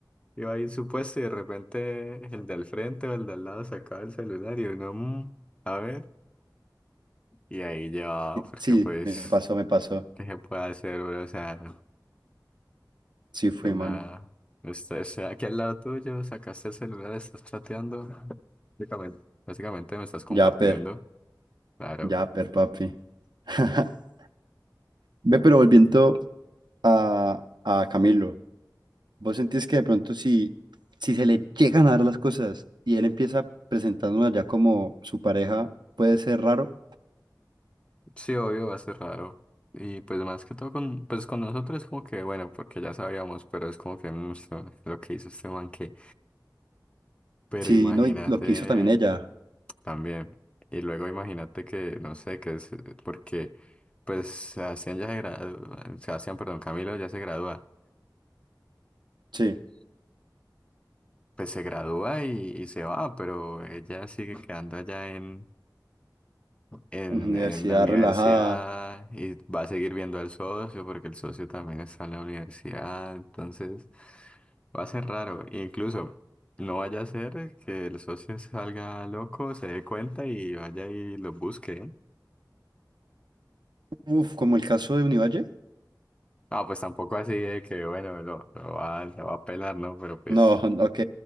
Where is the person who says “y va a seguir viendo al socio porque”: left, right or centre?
Left